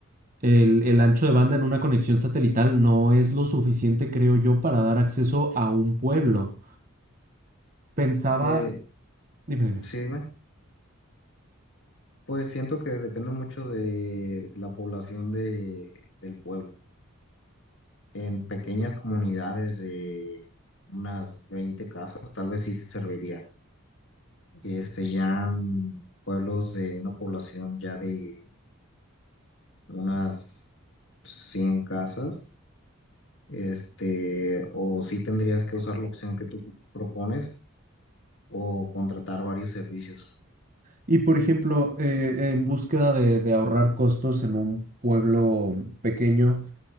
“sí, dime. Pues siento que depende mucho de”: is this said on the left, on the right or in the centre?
Left